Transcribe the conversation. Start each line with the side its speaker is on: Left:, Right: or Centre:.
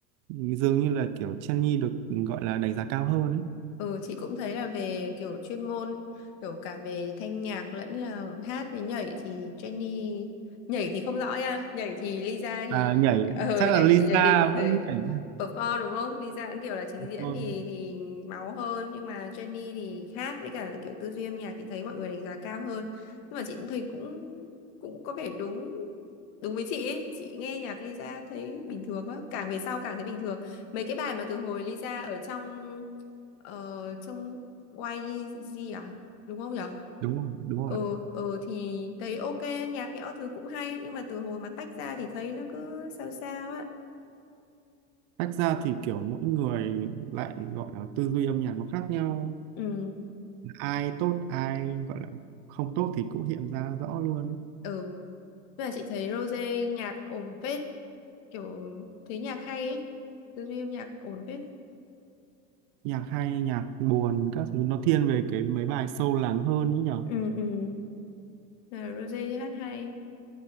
Right: dường như là kiểu Jennie được gọi là đánh giá cao hơn ấy
Left: Ừ, chị cũng thấy là về kiểu chuyên môn, kiểu cả về thanh nhạc lẫn là hát với nhảy thì Jenny nhảy thì không rõ nha, nhảy thì Lisa thì
Right: à nhảy
Left: ờ
Right: chắc
Left: nhảy
Right: là Lisa
Left: nhảy đình nhảy
Right: vẫn nhảy
Left: perform đúng không? Lisa cũng kiểu là trình diễn
Right: thôi
Left: thì thì máu hơn nhưng mà Jenny thì hát với cả kiểu tư duy âm nhạc chị thấy mọi người đánh giá cao hơn. Nhưng mà chị cũng thấy cũng cũng có vẻ đúng đúng với chị ấy. Chị nghe nhạc Lisa thấy bình thường quá, càng về sau càng thấy bình thường. Mấy cái bài mà từ hồi Lisa ở trong ờ, trong YG à đúng không nhở
Right: đúng rồi đúng rồi
Left: ờ
Right: ạ.
Left: ờ thì thấy ok nhạc nhẽo thứ cũng hay nhưng mà từ hồi mà tách ra thì thấy nó cứ sao sao á
Right: tách ra thì kiểu mỗi người lại gọi là tư duy âm nhạc nó khác nhau
Left: ừ
Right: ai tốt ai gọi là không tốt thì cũng hiện ra rõ luôn ấy.
Left: ừ nhưng mà chị thấy Rose nhạc ổn phết kiểu thấy nhạc hay ấy tư duy âm nhạc ổn phết
Right: nhạc hay nhạc buồn các thứ nó thiên về cái mấy bài sâu lắng hơn ấy nhở
Left: ừ ừ là Rose hát hay